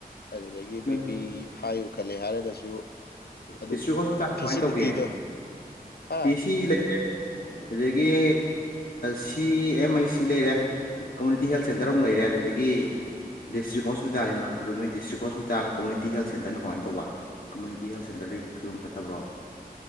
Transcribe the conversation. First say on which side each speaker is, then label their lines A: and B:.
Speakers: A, on the left; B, on the left.
A: ꯑꯗꯨꯗꯒꯤ
B: ꯅꯣꯏ
A: ꯕꯤ ꯄꯤ ꯍꯥꯏ ꯑꯣꯏ ꯈꯠꯂꯦ ꯍꯥꯏꯔꯒꯁꯨ ꯑꯗꯨꯝ
B: ꯗꯤꯁꯇ꯭ꯔꯤꯛ ꯍꯣꯁꯄꯤꯇꯥꯜ
A: ꯐꯦꯁꯤꯂꯤꯇꯤꯗꯣ
B: ꯀꯃꯥꯏꯅ ꯇꯧꯒꯦ
A: ꯍꯥ
B: ꯄꯤ ꯁꯤ ꯂꯩꯔꯦ ꯑꯗꯨꯗꯒꯤ ꯁꯤ ꯑꯦꯝ ꯍꯩꯁ ꯁꯤ ꯂꯩꯔꯦ ꯀꯝꯃꯨꯅꯤꯇꯤ ꯍꯦꯜꯠ ꯁꯦꯟꯇꯔ ꯑꯃꯨꯛ ꯂꯩꯔꯦ ꯑꯗꯨꯗꯒꯤ ꯗꯤꯁꯇ꯭ꯔꯤꯛ ꯍꯣꯁꯄꯤꯇꯥꯜꯅꯤ ꯂꯥꯛꯇꯣꯏꯗꯣ ꯅꯣꯏ ꯗꯤꯁꯇ꯭ꯔꯤꯛ ꯍꯣꯁꯄꯤ ꯇꯥꯅ ꯀꯝꯃꯨꯅꯤꯇꯤ ꯍꯦꯜꯊ ꯁꯦꯟꯇꯔꯅ ꯀꯃꯥꯏꯅ ꯇꯧꯕ ꯀꯝꯃꯨꯅꯤꯇꯤ ꯍꯦꯜꯠ ꯁꯦꯟꯇꯔꯗꯒꯤ ꯐꯤꯕꯝ ꯐꯠꯇꯕ꯭ꯔꯣ